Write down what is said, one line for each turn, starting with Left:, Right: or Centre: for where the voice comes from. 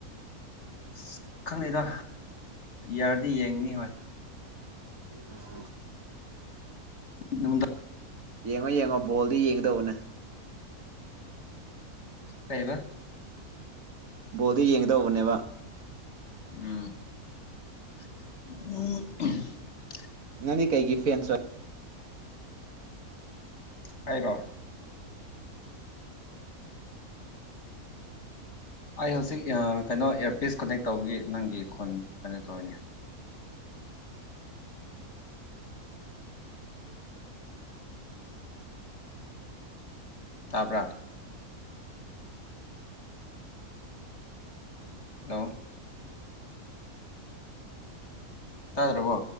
Left: ꯑꯁ ꯈꯪꯅꯩꯗ ꯌꯥꯔꯗꯤ ꯌꯦꯡꯅꯤ ꯍꯣꯏ
Right: ꯑ
Left: ꯅꯃꯗ
Right: ꯌꯦꯡꯉꯣ ꯌꯦꯡꯉꯣ ꯕꯣꯜꯗꯤ ꯌꯦꯡꯒꯗꯧꯕꯅꯦ
Left: ꯀꯩꯕ
Right: ꯕꯣꯜꯗꯨ ꯌꯦꯡꯒꯗꯧꯕꯅꯦꯕ
Left: ꯎꯝ ꯑꯣ
Right: ꯅꯪꯗꯤ ꯀꯩꯒꯤ ꯐꯦꯟꯁ ꯑꯣꯏ
Left: ꯍꯥꯏꯔꯣ ꯑꯩ ꯍꯧꯖꯤꯛ ꯀꯩꯅꯣ ꯏꯌꯥꯔꯄꯤꯁ ꯀꯅꯦꯛ ꯇꯧꯕꯒꯤ ꯅꯪꯒꯤ ꯈꯣꯟ ꯀꯩꯅꯣ ꯇꯧꯔꯤꯅꯦ ꯇꯥꯕ꯭ꯔꯥ ꯍꯜꯂꯣ ꯇꯥꯗ꯭ꯔꯕꯣ